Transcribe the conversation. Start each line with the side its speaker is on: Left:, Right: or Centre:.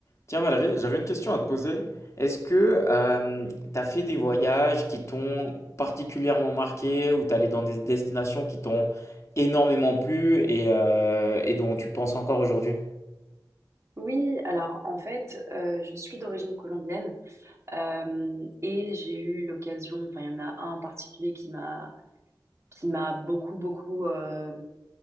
Left: Tiens Valérie, j'avais une question à te poser. Est-ce que tu as fait des voyages qui t'ont particulièrement marqué ou t'es allé dans des destinations qui t'ont énormément plu et, euh, et dont tu penses encore aujourd'hui?
Right: Oui, alors en fait, euh, je suis d'origine colombienne euh, et j'ai eu l'occasion, enfin il y en a un en particulier qui m'a qui m'a beaucoup beaucoup euh,